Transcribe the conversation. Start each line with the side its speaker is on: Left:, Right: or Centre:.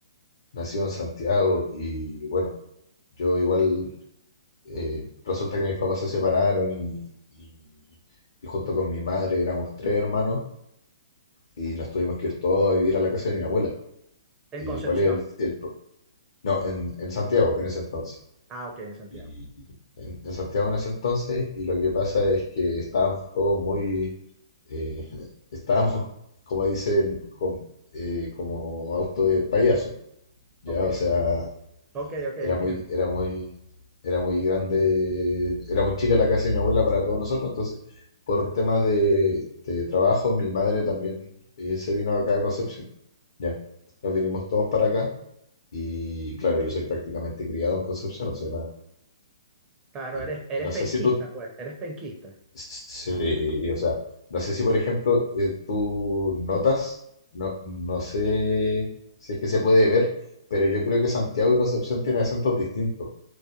Left: Nacido en Santiago y bueno, yo igual eh, resulta que mis papás se separaron y, y- y junto con mi madre éramos tres hermanos y nos tuvimos que ir todos a vivir a la casa de mi abuela.
Right: En
Left: ¿Y
Right: Concepción.
Left: cuál es el, el pro- No, en, en Santiago en ese entonces.
Right: Ah, ok, en Santiago.
Left: Y en, en Santiago en ese entonces y lo que pasa es que estábamos todos muy... eh, <laughs> estábamos, como dicen, com- eh, como auto de payaso, ¿ya?
Right: Ok,
Left: O sea
Right: ok, ok,
Left: Era
Right: entiendo.
Left: muy, era muy, era muy grande, era muy chica la casa de mi abuela para todos nosotros, entonces por temas de, de trabajo mi madre también eh, se vino acá a Concepción. Ya, nos vinimos todos para acá y claro, yo soy prácticamente criado en Concepción, o sea,
Right: Claro,
Left: y,
Right: eres, eres
Left: y no
Right: penquista,
Left: sé si tú,
Right: pues, eres penquista.
Left: sí, o sea, no sé si por ejemplo eh, tú notas, no, no sé si es que se puede ver, pero yo creo que Santiago y Concepción tienen acentos distintos,